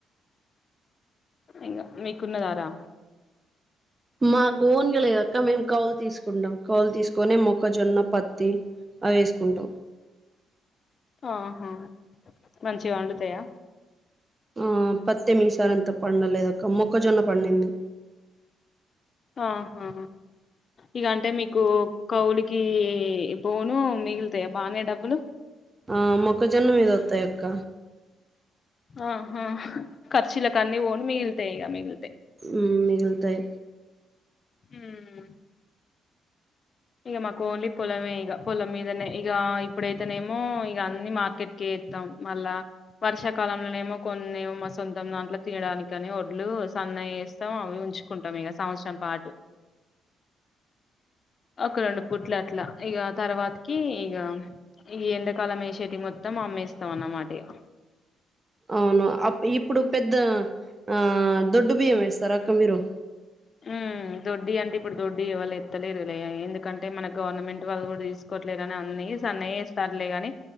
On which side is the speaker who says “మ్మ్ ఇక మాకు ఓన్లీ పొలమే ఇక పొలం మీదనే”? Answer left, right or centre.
Left